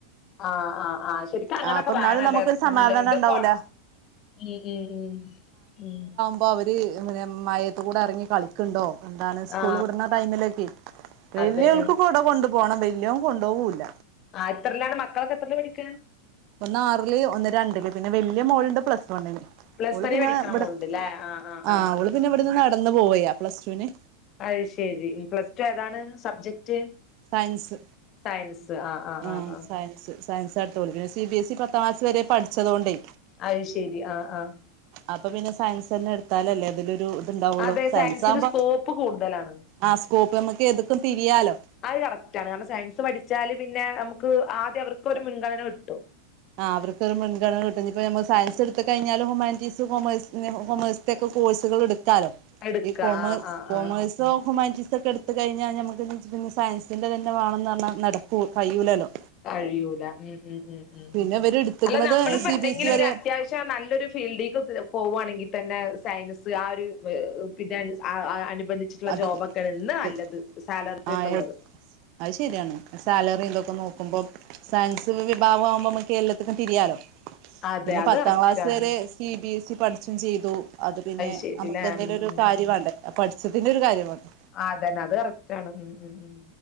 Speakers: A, on the left; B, on the right.
A: ആഹ് ആഹ് ശെരിക്കും അങ്ങനെക്കെ
B: ആ അപ്പൊ എന്നാലും
A: വേണല്ലേ
B: നമുക്കൊരു
A: സ്കൂളില്
B: സമാധാനം
A: ഇത്
B: ഉണ്ടാവൂല
A: കൊട ഉം ഉം ഉം ഉം
B: അപ്പോ അവര് പിന്നെ മയേത്ത്കൂടെ ഇറങ്ങി കളിക്കും ണ്ടോ എന്താണ് സ്കൂൾ
A: ആ
B: വിടുന്ന ടൈമിലൊക്കെ വലിയൾക്ക്
A: അതെ
B: കൊട കൊണ്ട് - പോണം വല്യോൻ കൊണ്ടോകൂല്ല
A: ആ എത്രല്ലാണ് മക്കളൊക്കെ എത്രെല് പഠിക്കാ
B: ഒന്ന് ആറില് ഒന്ന് രണ്ടില് പിന്നെ വല്യ മോളുണ്ട് പ്ലസ് വണ്ണിന്
A: പ്ലസ്
B: ഓള്
A: വരെ
B: പിന്നെ
A: പഠിക്കണ
B: ഇവിടെ
A: മോളുണ്ട്ല്ലേ ആ ആ ആ
B: ആഹ് ഓള് പിന്നെ ഇവിട്ന്ന് നടന്ന് പോവയാ പ്ലസ്ടുന്
A: അയ് ശെരി പ്ലസ് ടു ഏതാണ് സബ്ജക്ട്
B: സയൻസ്
A: സയൻസ് ആഹ ആഹ്
B: ആ
A: ആഹ് ആഹ
B: സയൻസ് സയൻസ് യെടുത്തോളൂ പിന്ന സി ബി എസ് ഇ പത്താം ക്ലസ് വരെ പഠിച്ചതോണ്ടേ
A: അയ് ശെരി ആഹ് ആഹ്
B: അപ്പൊ പിന്നെ സയൻസെന്നെ എടുത്താലല്ലേ അതിലൊരു ഇത്ണ്ടാവുള്ളൂ
A: അതെ
B: സയൻസ്
A: സയൻസിന്
B: ആകുമ്പോ
A: സ്കോപ്പ് കൂടുതലാണ്
B: ആ സ്കോപ്പ് നമമ്മക്ക് ഏത്ക്കും തിരിയാലോ
A: അത് കറക്റ്റാണ് കാരണം സയൻസ് പഠിച്ചാല് പിന്നെ നമുക്ക് ആദ്യം അവർക്ക് ഒരു മുൻഗണന കിട്ടും
B: ആഹ അവർക്കൊരു മുൻഗണന കിട്ടും ഇഞ്ഞിപ്പൊ നമ്മ സയസ് ട്ത്തു കഴഞ്ഞാലും ഹുമാൻറ്റീസ് കൊമേഴ് കൊമേഴസ് സ്ന്റെക്കെ കോഴ്സുകൾ എടുക്കാലോ
A: എടുക്ക
B: ഈ കോമേഴ്സ് കോമേഴ്സ്
A: ആ ആ
B: കോമയ്സോ
A: ആ
B: പ്പോ ഹ്യുമാനിറ്റീസോ ക്കെ എടു കഴിഞ്ഞാൽ നമ്മക്ക് ന്ന് വച്ച പിന്നെ സയൻസിൻ്റെന്ന വേണെന്ന് പറഞ്ഞാ നടക്കൂ കയ്യൂലല്ലോ
A: കഴിയൂല ഉം ഉം ഉം ഉം
B: പിന്നെ ഇവര് എടുത്തുക്കണത്
A: അല്ല നമ്മളിപ്പോ
B: സി
A: എന്തെങ്കിലും
B: ബി എസ് ഇ വരെ
A: ഒരു അത്യാവശ്യം പെ നല്ലൊരു ഫീൽഡേക്ക് പോകുവാണെങ്കിൽ തന്നെ സയൻസ് ആ ഒരു പിന്നെ ആ അനുബന്ധിച്ചിട്ടുള്ള
B: അത്
A: ജോബ് ഒക്കെഉള്ള നല്ലത് സാലറി
B: ആഹ്
A: യൊക്കെ യു ള്ളത്
B: അത് ശരിയാണ് സാലറി തൊക്കെ നോക്കുമ്പോൾ സയൻസ് വിഭാഗും ആവുമ്പോ നമ്മക്ക് എല്ലാത്തിനും തിരിയാാലോ
A: അതെ
B: പിന്നെ
A: അത്
B: പത്താം
A: കറക്റ്റാണ്
B: ക്ലാസ് വരെ സി ബി എസ് ഇ പഠിച്ചും ചെയ്തു അത് പിന്നെ
A: ശരില്ലേ
B: നമുക്ക് എന്തെലൊരു
A: ഉം ഉം
B: കാര്യമണ്ടെ ആ പഠിച്ച തിന്റൊരു കാര്യം വാണ്ടേ
A: അ അതന്നെ അത് കറക്റ്റ് ആണ് ഉഉം ഉം ഉം